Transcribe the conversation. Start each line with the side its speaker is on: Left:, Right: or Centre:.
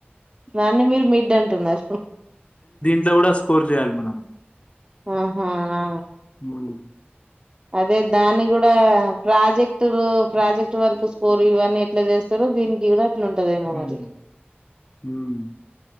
Right: దాన్ని మీరు మిడ్ అంటున్నారు
Left: ఇ కూడా స్కోర్ చేయాలి మనం
Right: ఆహా ఆ
Left: హ్మ్
Right: అదే దాని కూడా ప్రాజెక్టు ప్రాజెక్ట్ ఇ వరకు స్కోర్ ఇవన్నని ఎట్లా చేస్తార దీనికి కూడా ఉంటదేమ
Left: ఉమ్
Right: మరి
Left: ఉమ్